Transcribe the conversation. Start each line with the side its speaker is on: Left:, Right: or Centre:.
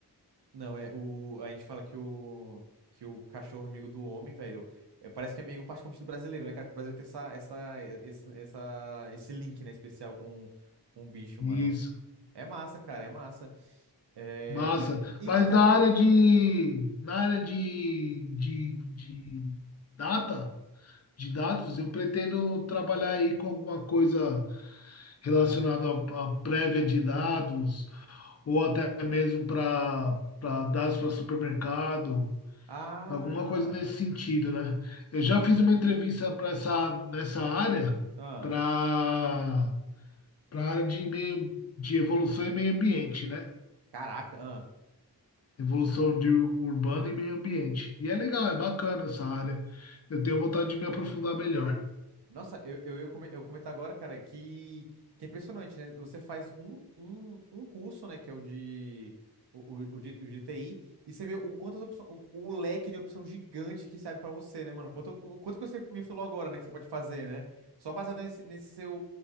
Right: Não, é o. A gente fala que o. Que o cachorro é amigo do homem, velho. É, parece que é meio particularmente do brasileiro, né, cara? Que o brasileiro tem essa, essa, esse, essa, esse link, né, especial com, com o bicho,
Left: Isso,
Right: mano. É massa, cara, é massa. É,
Left: massa.
Right: e, e,
Left: Mas
Right: e tá.
Left: na área de, na área de, de, de data, de dados, eu pretendo trabalhar aí com alguma coisa relacionada à à prévia de dados, ou até mesmo para para dados para supermercado,
Right: Ah!
Left: alguma coisa nesse sentido, né? Eu já fiz uma entrevista para essa nessa área,
Right: Ah!
Left: para para área de meio, de evolução e meio ambiente, né?
Right: Caraca, ah.
Left: Evolução de ur- urbana e meio ambiente. E é legal, é bacana essa área. Eu tenho vontade de me aprofundar melhor.
Right: Nossa, eu, eu ia come- eu comentar agora, cara, que, que é impressionante, né? Você faz um, um, um curso, né, que é o de, o, o, o de, o de TI, e você vê o quantas opções, o, o leque de opção gigante que serve pra você, né, mano? Quanto, quanto que você me falou agora, né, que você pode fazer, né? Só baseado nesse, nesse seu,